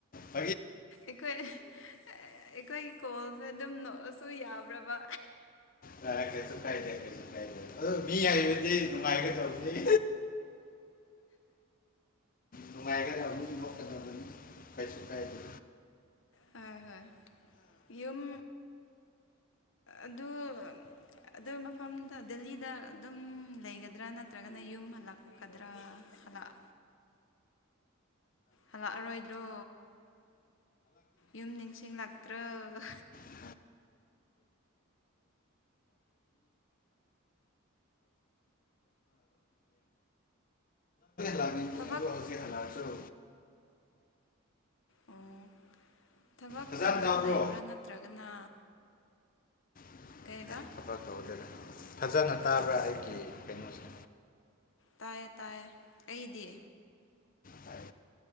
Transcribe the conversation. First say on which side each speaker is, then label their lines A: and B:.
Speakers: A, on the left; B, on the left.
A: ꯀꯥꯏ
B: ꯑꯩꯈꯣꯏ ꯑꯩꯈꯣꯏ ꯀꯣꯜ ꯑꯗꯨ ꯑꯗꯨꯝ ꯅꯣꯛꯑꯁꯨ ꯌꯥꯕ꯭ꯔꯕ
A: ꯅ ꯀꯩꯁꯨ ꯀꯥꯏꯗꯦ ꯀꯩꯁꯨ ꯀꯥꯏꯗꯦ꯫ ꯑꯗꯣ ꯃꯤ ꯍꯥꯏꯕꯗꯤ
B: ꯑꯣ
A: ꯅꯨꯡꯉꯥꯏꯒ ꯒꯗꯕꯅꯤ ꯅꯨꯡꯉꯥꯏꯗꯕꯅꯤ ꯅꯣꯛꯀꯗꯕꯅꯤ ꯀꯩꯁꯨ ꯀꯥꯏꯗꯦ꯫
B: ꯍꯣꯏ ꯍꯣꯏ ꯌꯨꯝ ꯑꯗꯨ ꯑꯗꯨ ꯃꯐꯝꯗ ꯗꯦꯜꯂꯤꯗ ꯑꯗꯨꯝ ꯂꯩꯒꯗ꯭ꯔꯥ ꯅꯠꯇ꯭ꯔꯒꯅ ꯌꯨꯝ ꯍꯜꯂꯛꯀꯗ꯭ꯔꯥ ꯍꯜꯂꯛ ꯍꯜꯂꯛꯑꯔꯣꯏꯗ꯭ꯔꯣ ꯌꯨꯝ ꯅꯤꯡꯁꯤꯡꯂꯛꯇ꯭ꯔꫭ꯫
A: <inaudible> ꯂꯥꯛꯅꯤꯡꯕꯅꯦ
B: ꯊꯕꯛ
A: ꯑꯗꫭ ꯍꯧꯖꯛꯤ ꯍꯥꯂꯛꯑ <inaudible>
B: ꯑꯣ ꯊꯕꯛ
A: ꯐꯖꯅ
B: ꯇꯧꯔꯒ
A: ꯇꯥꯕ꯭ꯔꯣ
B: ꯂꯩꯕ꯭ꯔꯥ ꯅꯠꯇ꯭ꯔꯒꯅ
A: <unintelligible>
B: ꯀꯩꯕ
A: <inaudible> ꯐꯖꯅ ꯇꯥꯕ꯭ꯔꯥ ꯑꯩꯒꯤ ꯀꯩꯅꯣꯁꯦ꯫
B: ꯇꯥꯏ ꯇꯥꯏ ꯑꯩꯗꯤ
A: ꯇꯥꯏ